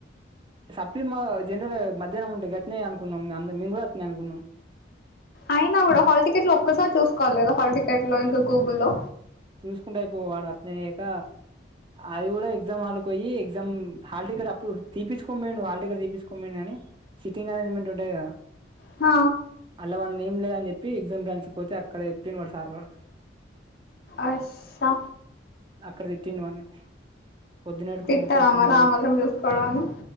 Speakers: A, on the right; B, on the left.
A: సప్లి మా జన్రల్గా మధ్యాహ్నం ఉంటే గట్నే అనుకున్నాం అంద మేము కూడా అట్నే అనుకున్నాం
B: అయినా కూడా హాల్ టికెట్ లో ఒక్కసారి చూసుకోవాలిలేదా హాల్ టికెట్ లో ఇంకా గూగుల్లో
A: చూసుకుంటే అయిపో వాడు అత్నేయ్యాక అది కూడా ఎగ్జామ్ హల్కు పోయ్యి ఎగ్జామ్ హల్ టికెట్ అప్పుడు తీపించుకోనిమేండు హల్ టికెట్ తీపించుకోన్మేండు గని సిటింగ్ అరేంజ్మెంట్ ఉంటాయిగా
B: హ
A: అల్ల వాని నేమ్ లేదని చెప్పి ఎగ్జామ్రాయించకపోతే అక్కడ చెప్పిన్ వాడు సార్ గాడు
B: అషా
A: అక్కడ తిట్టిండు వాన్ని పొద్దునపెట్టుకొని
B: తిట్టారా
A: గిప్పుడచ్చినవెంది
B: మరి
A: అని
B: ఆ
A: చెప్పి
B: మాత్రం చూసుకోవడాన్ని